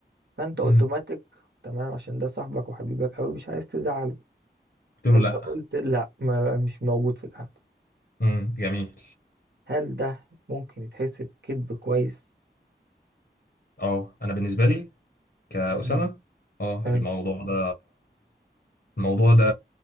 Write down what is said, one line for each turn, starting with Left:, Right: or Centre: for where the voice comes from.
Right: فأنت أوتوماتيك
Left: امم
Right: تمام عشان ده صاحبك وحبيبك أوي مش عايز تزعله
Left: قلت
Right: فأنت
Left: له لا
Right: قلت لأ ما مش موجود في القعدة
Left: امم جميل
Right: هل ده ممكن يتحسب كذب كويس؟
Left: اه انا بالنسبه لي كأسامه
Right: مم.
Left: اه
Right: حلو.
Left: الموضوع ده الموضوع ده